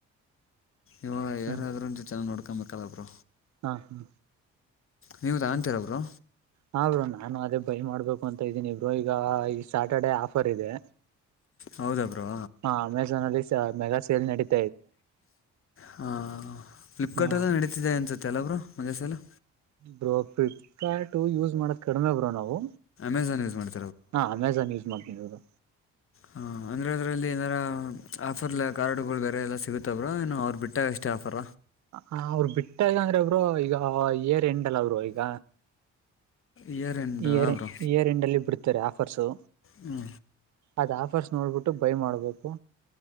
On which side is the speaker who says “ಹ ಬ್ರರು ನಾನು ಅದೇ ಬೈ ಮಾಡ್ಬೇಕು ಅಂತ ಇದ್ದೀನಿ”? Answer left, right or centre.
Right